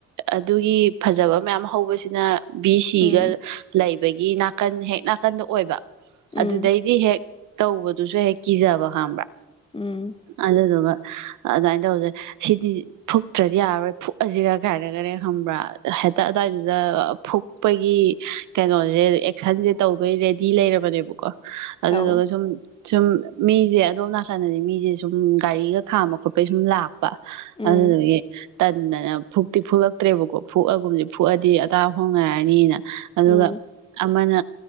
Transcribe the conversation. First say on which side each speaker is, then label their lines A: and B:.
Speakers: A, on the right (about 80°); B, on the left (about 20°).
A: ꯑꯗꯨꯒꯤ ꯐꯖꯕ ꯃꯌꯥꯝ ꯍꯧꯕꯁꯤ ꯅ ꯕꯤ
B: ꯎꯝ
A: ꯁꯤꯒ ꯂꯩ ꯑꯗꯒꯤ ꯅꯥꯀꯟ ꯍꯦꯛ ꯅꯥꯀꯟꯗꯣ ꯑꯣꯏꯕ
B: ꯎꯝ
A: ꯑꯗꯨꯗꯩꯗꯤ ꯍꯦꯛ ꯇꯧꯕꯗꯨꯁꯨ ꯍꯦꯛ ꯀꯤꯖꯕ ꯈꯝꯕ꯭ꯔꯥ
B: ꯎꯝ
A: ꯑꯗꯨꯗꯨꯒ ꯑꯗꯨꯃꯥꯏꯅ ꯇꯧꯁꯦ ꯁꯤꯗꯤ ꯐꯨꯛꯇ꯭ꯔꯗꯤ ꯌꯥꯔꯔꯣꯏ ꯐꯨꯛꯑꯁꯤꯔ ꯀꯥꯏꯅ ꯐꯈꯔꯦ ꯈꯪꯕ꯭ꯔꯥ ꯍꯦꯛꯇ ꯑꯗꯨꯋꯥꯏꯗꯨꯗ ꯐꯨꯛꯄꯒꯤ ꯀꯩꯅꯣꯁꯦ ꯑꯦꯛꯁꯟꯁꯦ ꯇꯧꯗꯣꯏ ꯔꯦꯗꯤ ꯂꯩꯔꯕꯅꯦꯕꯀꯣ ꯑꯗꯨꯗꯨꯒ
B: ꯑꯧ
A: ꯁꯨꯝ ꯁꯨꯝ ꯃꯤꯁꯦ ꯑꯗꯣꯝ ꯅꯥꯀꯟꯗꯗꯤ ꯃꯤꯁꯦ ꯁꯨꯝ ꯒꯥꯔꯤꯒ ꯈꯥꯝꯕ ꯈꯣꯠꯄꯩ ꯁꯨꯝ ꯂꯥꯛꯄ
B: ꯎꯝ
A: ꯑꯗꯨꯗꯨꯒꯤ ꯇꯟꯗꯅ ꯐꯨꯛ ꯇꯤ ꯐꯨꯂꯛꯇ꯭ꯔꯦꯕꯀꯣ ꯐꯨꯑꯒꯨꯝꯁꯦ ꯐꯨꯛꯑꯗꯤ ꯑꯗꯥꯕ ꯐꯣꯡꯅꯥꯏꯔꯅꯤꯅ ꯑꯗꯨꯒ
B: ꯎꯝ
A: ꯑꯃꯅ